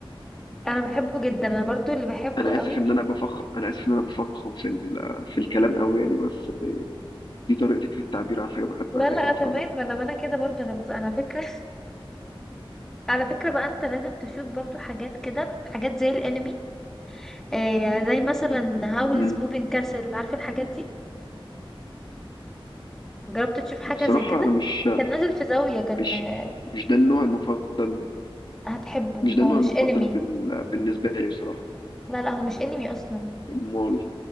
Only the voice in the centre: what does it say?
انا بحبه جدا انا برضو اللي بحبه
قوي
لا لا
تمام
ما انا ما انا كده برضو انا بص انا فكره <laughs> على فكره بقى انت لازم تشوف برضو حاجات كده حاجات زي الانمي آه زي مثلا هاولز
موفينج كاسل عارف الحاجات دي جربت تشوف حاجه
زي كده
كان نازل في زاويه كان
آه،
هتحبه
هو
مش
انمي
لا لا هو مش انمي اصلا